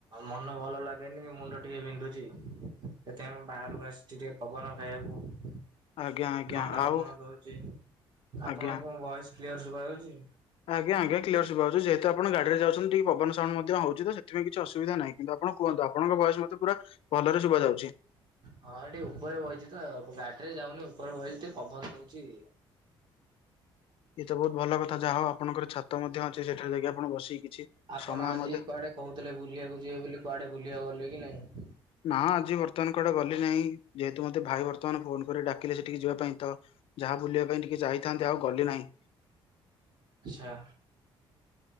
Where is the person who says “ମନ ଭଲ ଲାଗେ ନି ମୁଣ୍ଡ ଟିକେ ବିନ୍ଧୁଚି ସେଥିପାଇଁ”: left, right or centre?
Right